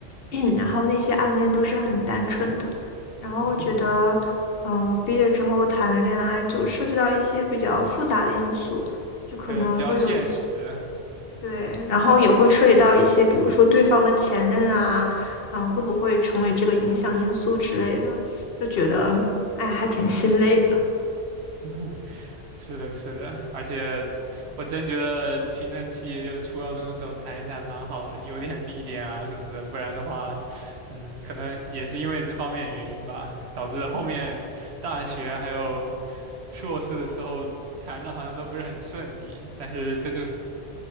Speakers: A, on the left; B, on the right.
A: <clears throat> 然后那些暗恋都是很单纯的。然后我觉得，
B: <laughs> 嗯
A: 嗯，我毕业之后谈恋爱就涉及到一些比较复杂的因素，就可能会有一些。
B: 对，比较现实。
A: 对，然后也会涉及到一些，比如说对方的前任啊，嗯，会不会成为这个影响因素之类的，就觉得，哎呀，还挺心累的。
B: <laughs> 是的，是的，而且我真觉得青春期就是初高中的时候谈一谈蛮好的，有点历练啊什么的，不然的话，嗯，可能也是因为这方面的原因吧，导致后面大学还有硕士的时候谈的好像都不是很顺利，但是这就是